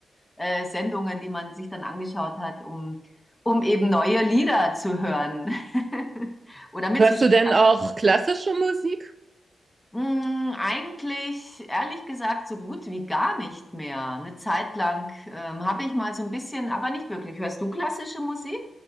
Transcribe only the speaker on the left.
äh, Sendungen, die man sich dann angeschaut hat, um, um eben neue Lieder zu hören <laughs> oder mitzuschmecken.
Hm, eigentlich, ehrlich gesagt, so gut wie gar nicht mehr. Eine Zeit lang ähm, habe ich mal so ein bisschen, aber nicht wirklich. Hörst du klassische Musik?